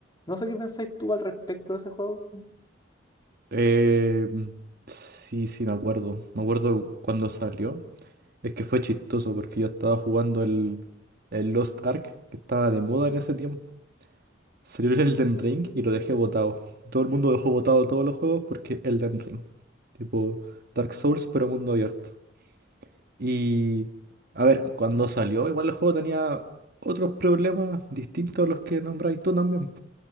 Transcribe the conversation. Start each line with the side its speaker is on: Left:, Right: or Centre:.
Left: no sé qué pensáis tú al respecto de ese juego.
Right: Eh, sí, sí, me acuerdo. Me acuerdo cuando salió. Es que fue chistoso porque yo estaba jugando el, el Lost Ark, que estaba de moda en ese tiempo. Salió el Elden Ring y lo dejé botado. Todo el mundo dejó botado todos los juegos porque Elden Ring. Tipo Dark Souls, pero mundo abierto. Y, a ver, cuando salió, igual el juego tenía otros problemas distintos a los que nombráis tú también.